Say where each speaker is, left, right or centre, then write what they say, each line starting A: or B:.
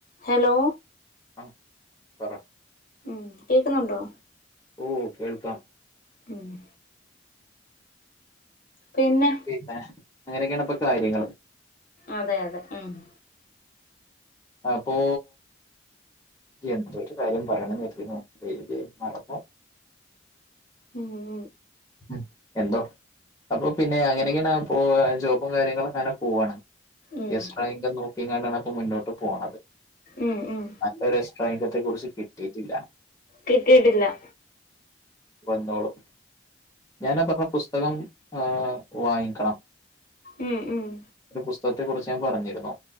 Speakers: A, on the left (about 50°); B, on the left (about 20°).
A: ഹലോ
B: ആഹ് പറ
A: ഉമ് കേക്കുന്നുണ്ടോ
B: ഓഹ് കേൾക്കാം
A: ഉമ് പിന്നെ
B: പിന്നെ അങ്ങനെക്കെണ് അപ്പ കാര്യങ്ങള്
A: അതെ അതെ ഉമ്
B: അപ്പോ എന്തൊരു കാര്യം പറയണം എന്ന് കരുതി ഇരുന്നതാ ദൈവേ മറന്നു
A: ഉമ്
B: ഉമ് എന്തോ അപ്പൊ പിന്നെ അങ്ങനെക്കെണ് ആഹ് പോ ജോബും കാര്യങ്ങളൊക്കെ അങ്ങനെ പോവാണ്
A: ഉം
B: യസ്ട്രായിങ്കം നോക്കിം കണ്ടാണ് അപ്പോ മുന്നോട്ട് പോണത്
A: ഉമ് ഉമ്
B: നല്ലൊരു എസ്ട്രോയിംഗത്തെ കുറിച്ച് കിട്ടിയിട്ടില്ല
A: കിട്ടിയിട്ടില്ല
B: വന്നോളും ഞാനാ പറഞ്ഞ പുസ്തകം ഏഹ് വാങ്ങിക്കണം
A: ഉമ് ഉമ്
B: ഒരു പുസ്തകത്തെ കുറിച്ച് ഞാൻ പറഞ്ഞിരുന്നു